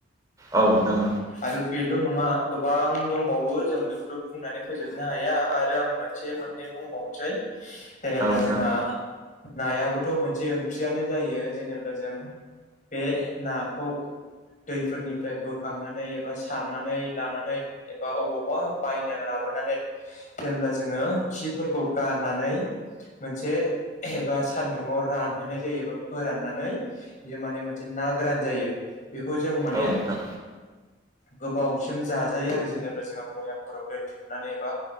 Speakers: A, on the right; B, on the left.
A: औ नोंथां
B: आरो बेल नङा गोबां दंबावो जों बेखौथ' बुंनानै फोजोबनो हाया आरो आं मोन से मोननै बुंबावनोसै जेनेबा
A: औ नोंथां
B: जोंहा नायाबोथ' मोनसे ओंख्रियानो जायो जेनेबा जों बे नाखौ दैफोरनिफ्राय बोखांनानै एबा सारनानै लानानै एबा अबावबा बायना लाब लाबोनानै जेनेब्ला जोङो खिफोरखौ गारनानै मोनसे एबा सान्दुङाव रानहोनाय जायो। फोराननानै बियो माने मोनसे ना गोरान जायो। बेखौ जों माने
A: औ नोंथां
B: गोबावसिम जाजायो आरो जेनेबा जोंहा बयामफोराव दोनथुमनानै एबा